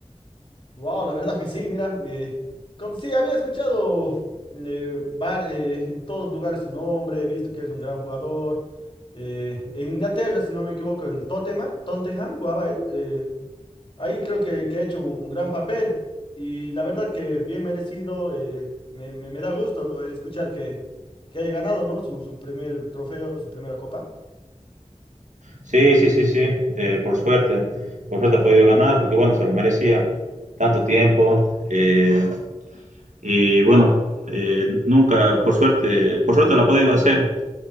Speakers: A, on the left; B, on the right.
A: Wow, la verdad que sí, mira. eh, com- sí, había escuchado eh, var- eh, en todos lugares su nombre, he visto que es un gran jugador. eh, en Inglaterra, si no me equivoco, en el Tottenham, Tottenham jugaba él. eh, Ahí creo que, que ha hecho un, un gran papel y la verdad que bien merecido, eh, me, me- me da gusto escuchar que, que haya ganado, ¿no? Su, su primer trofeo, su primera copa.
B: Sí, sí, sí, sí, eh, por suerte. Por suerte ha podido ganar porque, bueno, se lo merecía tanto tiempo. eh, y bueno, eh, nunca, por suerte, por suerte lo ha podido hacer.